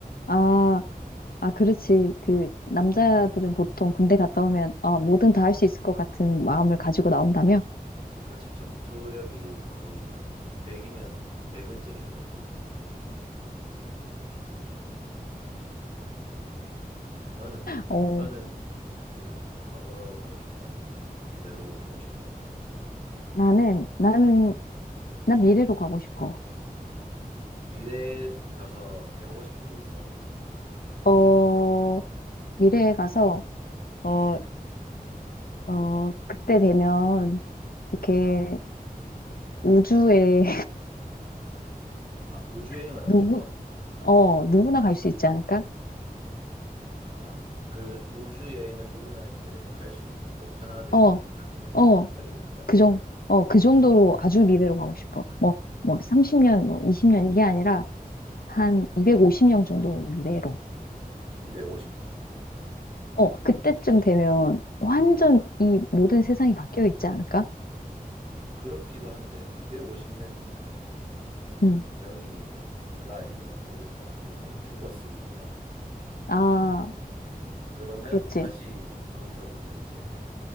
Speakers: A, on the left; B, on the right.
A: 아. 아, 그렇지. 그, 남자들은 보통 군대 갔다 오면, 아, 뭐든 다 할 수 있을 것 같은 마음을 가지고 나온다며?
B: 그렇지. 전투력이 거의 100이면 100을 찍을 때거든. 너는,
A: 어,
B: 너는 그 과거로 가고 싶어? 아니면 미래로 가고 싶어?
A: 나는, 나는, 나 미래로 가고 싶어.
B: 미래에 가서 해보고 싶은 게 있어?
A: 어, 미래에 가서, 어, 어, 그때 되면, 이렇게 우주에,
B: 아, 우주여행을
A: <laughs>
B: 하고
A: 누구,
B: 싶어?
A: 어, 누구나 갈 수 있지 않을까?
B: 아, 그 우주여행을 누구나 이제 갈 수 있는 보편화된
A: 어,
B: 세상을
A: 어,
B: 기다리고 있는 거야?
A: 그 정, 어, 그 정도로 아주 미래로 가고 싶어. 뭐, 뭐, 30년, 뭐, 20년 이게 아니라,
B: 음.
A: 한 250년 정도 미래로.
B: 250년.
A: 어, 그때쯤 되면 완전 이 모든 세상이 바뀌어 있지 않을까?
B: 그렇기도 한데, 250년 뒤면은
A: 음.
B: 영이 네가 알던 모든 사람들이 다 죽었을 거잖아.
A: 아,
B: 그러면
A: 그렇지.
B: 다시 거기서부터 이제